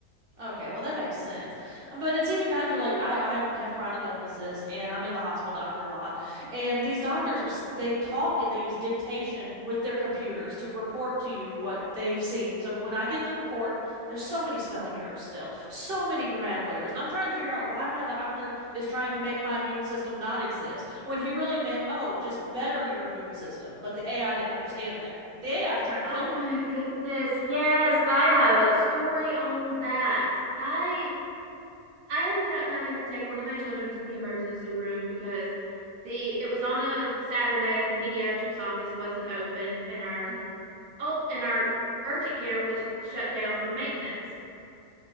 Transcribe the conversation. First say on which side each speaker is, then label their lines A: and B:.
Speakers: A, on the right; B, on the right.
A: Okay, well that makes sense. Um, But it's even gotten to like I I have chronic illnesses and I'm in the hospital doctor a lot. And these doctors are s- they talk and they use dictation with their computers to report to you what they've seen. So when I get the report, there's so many spelling errors still, so many grammatical errors. And I'm trying to figure out why my doctor is trying to make my immune system not exist when he really meant, "Oh, just better your immune system." But the AI didn't understand that. The AI is trying to
B: Oh
A: kill
B: my
A: me.
B: goodness. Yes, I have a story on that. I I ended up having to take one of my children to the emergency room because the it was on a Saturday and the pediatrics office wasn't open and our
A: Mhm.
B: and our urgent care was shut down for maintenance.